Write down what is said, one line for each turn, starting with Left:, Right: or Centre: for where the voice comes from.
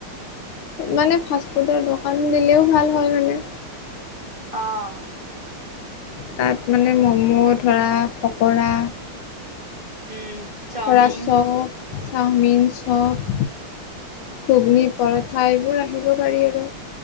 Left: মানে ফাষ্টফুডৰ দোকান দিলেও ভাল হয় মানে।
Right: অহ।
Left: তাত মানে মম' ধৰা পকৰা,
Right: উম। চাওমিন
Left: ধৰা চপ, চাওমিন, চপ। ঘুগ্নি, পৰঠা এইবোৰ ৰাখিব পাৰি আৰু।